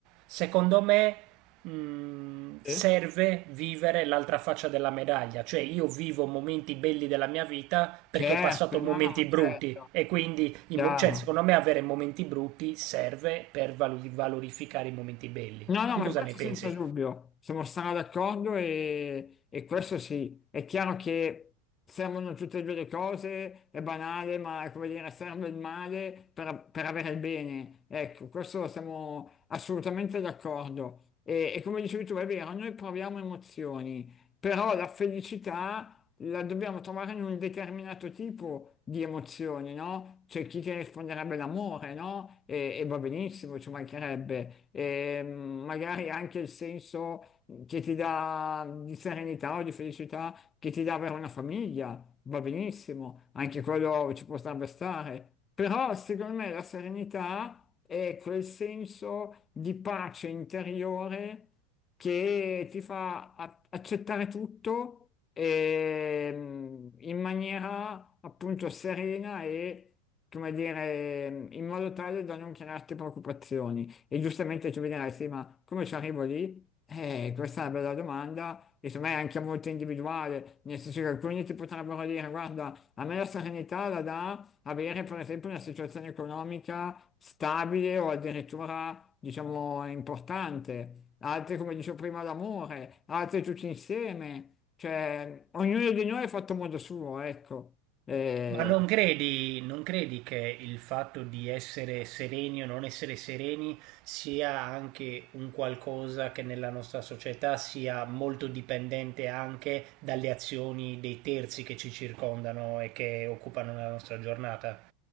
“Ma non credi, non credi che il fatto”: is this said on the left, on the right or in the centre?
Right